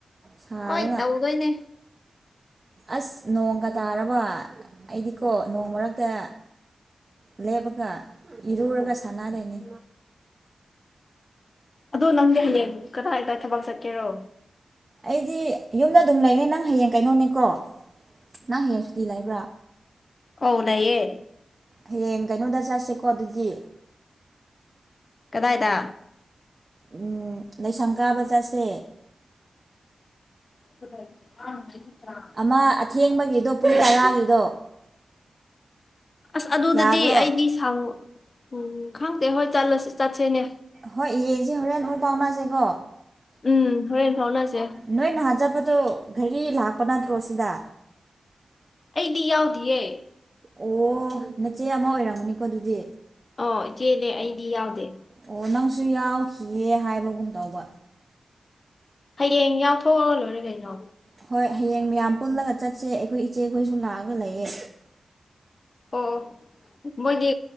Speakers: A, on the right; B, on the left.
A: ꯁꯥꯕꯅ
B: ꯍꯣꯏ ꯇꯧꯗꯣꯏꯅꯦ
A: ꯑꯁ ꯅꯣꯡꯒ ꯇꯥꯔꯕ ꯑꯩꯗꯤꯀꯣ ꯅꯣꯡ ꯃꯔꯛꯇ ꯂꯦꯞꯄꯒ ꯏꯔꯨꯔꯒ ꯁꯥꯟꯅꯗꯣꯏꯅꯤ
B: ꯑꯗꯣ ꯅꯪꯗꯤ ꯍꯌꯦꯡ ꯀꯗꯥꯏꯗꯥꯏ ꯊꯕꯛ ꯆꯠꯀꯦꯔꯣ
A: ꯑꯩꯗꯤ ꯌꯨꯝꯗ ꯑꯗꯨꯝ ꯂꯩꯅꯦ ꯅꯪ ꯍꯌꯦꯡ ꯀꯩꯅꯣꯅꯦꯀꯣ ꯅꯪ ꯍꯌꯦꯡ ꯁꯨꯇꯤ ꯂꯩꯕ꯭ꯔꯥ
B: ꯑꯧ ꯂꯩꯏꯌꯦ
A: ꯍꯌꯦꯡ ꯀꯩꯅꯣꯗ ꯆꯠꯁꯦꯀꯣ ꯑꯗꯨꯗꯤ
B: ꯀꯗꯥꯏꯗ
A: ꯎꯝ ꯂꯩꯁꯪꯒꯥꯥ ꯕꯖꯥꯔꯁꯦ
B: <inaudible>
A: ꯑꯃ ꯑꯊꯦꯡꯕꯒꯤꯗꯣ ꯄꯨꯔꯤ ꯇꯔꯥꯒꯤꯗꯣ
B: ꯑꯁ ꯑꯗꯨꯗꯗꯤ
A: ꯌꯥꯕ꯭ꯔꯣ
B: ꯑꯩꯗꯤ ꯁꯥꯡꯉꯨ ꯎꯝ ꯈꯪꯗꯦ ꯍꯣꯏ ꯆꯠꯂꯁꯤ ꯆꯠꯁꯤꯅꯦ
A: ꯍꯣꯏ ꯌꯦꯡꯁꯦ ꯍꯣꯔꯦꯟ ꯑꯃꯨꯛ ꯄꯥꯎꯅꯁꯦꯀꯣ
B: ꯎꯝ ꯍꯣꯔꯦꯟ ꯐꯥꯎꯅꯁꯦ
A: ꯅꯣꯏ ꯅꯍꯥꯟ ꯆꯠꯄꯗꯣ ꯒꯔꯤ ꯂꯥꯛꯄ ꯅꯠꯇ꯭ꯔꯣ ꯁꯤꯗ
B: ꯑꯩꯗꯤ ꯌꯥꯎꯗꯌꯦ
A: ꯑꯣ ꯅꯆꯦ ꯑꯃ ꯑꯣꯏꯔꯝꯃꯅꯤꯀꯣ ꯑꯗꯨꯗꯤ
B: ꯑꯣ ꯏꯆꯦꯅꯦ ꯑꯩꯗꯤ ꯌꯥꯎꯗꯦ
A: ꯑꯣ ꯅꯪꯁꯨ ꯌꯥꯎꯈꯤꯌꯦ ꯍꯥꯏꯕꯒꯨꯝ ꯇꯧꯕ
B: ꯍꯌꯦꯡ ꯌꯥꯎꯊꯣꯛꯔ ꯂꯣꯏꯔꯦ ꯀꯩꯅꯣ
A: ꯍꯣꯏ ꯍꯌꯦꯡ ꯃꯌꯥꯝ ꯄꯨꯜꯂꯒ ꯆꯠꯁꯦ ꯑꯩꯈꯣꯏ ꯏꯆꯦ ꯈꯣꯏꯁꯨ ꯂꯥꯛꯑꯒ ꯂꯩꯌꯦ
B: ꯑꯣ ꯑꯣ ꯃꯣꯏꯗꯤ